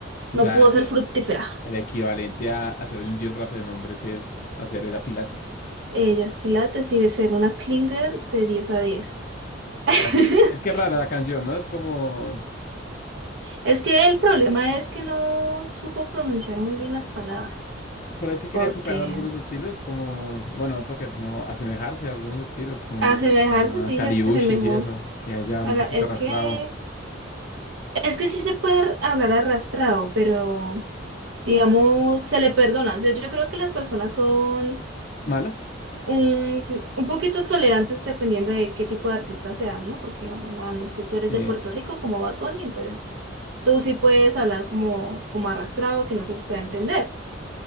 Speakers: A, on the left; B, on the right.
A: O
B: no
A: sea,
B: pudo
A: el,
B: ser fructífera.
A: el equivalente a hacer un gym rap de nombres es hacer era pilates.
B: Ella es pilates y de ser una clinger de diez a diez <laughs>
A: Ahora, es que es rara la canción, ¿no? Es como...
B: Es que el problema es que no supo pronunciar muy bien las palabras,
A: Pero es que quería
B: porque
A: copiar algunos estilos, como... Bueno, no copiar, sino asemejarse a algunos estilos, como
B: asemejarse
A: los de ah,
B: sí
A: Kaliushis
B: se asemejó.
A: y eso, que ella habla
B: a la-
A: un poquito
B: es
A: arrastrado.
B: que, es que sí se puede hablar arrastrado, pero digamos, se le perdona. O sea, yo creo que las personas son
A: ¿Malas?
B: un, un poquito tolerantes dependiendo de qué tipo de artista sea, ¿no? Porque, digamos, ah, no es que tú eres
A: Sí,
B: de Puerto Rico como Bad Bunny, entonces tú sí puedes hablar como, como arrastrado, que no se te pueda entender.